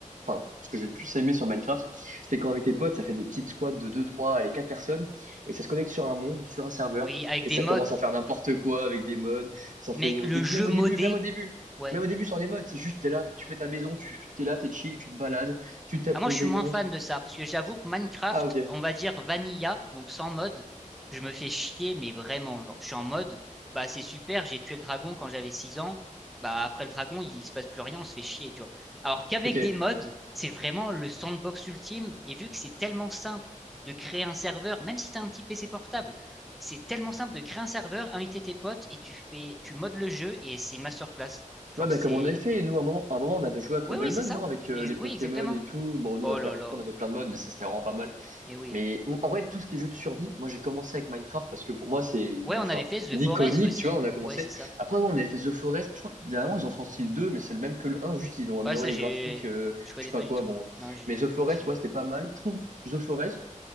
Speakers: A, on the right (about 70°); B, in the centre.
A: enfin, ce que j'ai le plus aimé sur Minecraft, c'est quand avec tes potes, ça fait des petites squads de 2, 3, allez, 4 personnes, et ça se connecte sur un monde, sur un serveur,
B: oui, avec
A: et
B: des
A: ça
B: mods.
A: commence à faire n'importe quoi avec des mods. Ça fait
B: Mec, le
A: au début,
B: jeu
A: même au
B: modé,
A: début, même au début.
B: ouais.
A: Même au début, sans les mods. c'est juste, t'es là, tu fais ta maison, tu, t'es là, t'es chill, tu te balades, tu tapes
B: Ah, moi,
A: contre
B: je suis
A: des
B: moins
A: monstres.
B: fan de ça, parce que j'avoue que Minecraft,
A: Ah, ok.
B: on va dire vanilla, donc sans mode, je me fais chier, mais vraiment, genre, je suis en mode, bah c'est super, j'ai tué le dragon quand j'avais 6 ans, bah après le dragon, il, il se passe plus rien, on se fait chier, tu vois. Alors qu'avec
A: Ok.
B: des mods, c'est vraiment le sandbox ultime, et vu que c'est tellement simple de créer un serveur, même si t'as un petit PC portable, c'est tellement simple de créer un serveur, inviter tes potes, et tu fais, tu modes le jeu, et c'est une masterclass. Genre,
A: Ouais, bah,
B: c'est...
A: comme on avait fait, nous, à un moment, à un moment, on avait joué à Cobble
B: Oui, oui, c'est
A: Mode,
B: ça.
A: non, avec euh,
B: Ex-
A: les Pokémon
B: oui, exactement.
A: et tout. Bon, nous,
B: Oh
A: on a fait,
B: là
A: après,
B: là.
A: on a fait plein de modes, mais ça, c'était vraiment pas mal.
B: Et oui.
A: Mais en en vrai, tout ce qui est jeu de survie, moi, j'ai commencé avec Minecraft parce que pour moi, c'est,
B: Ouais, on
A: enfin,
B: avait fait The
A: l'iconique,
B: Forest aussi.
A: tu vois, on a commencé.
B: Ouais, c'est ça.
A: Après, ouais, on avait fait The Forest, je crois que dernièrement, ils en sorti le 2 mais c'est le même que le un juste, ils ont amélioré
B: Ouais, ça, j'ai,
A: les graphiques, euh,
B: je connais
A: je sais pas
B: pas
A: quoi,
B: du tout.
A: bon.
B: Non, j'ai
A: Mais The Forest,
B: pas suivi.
A: ouais, c'était pas mal. Je trouve The Forest,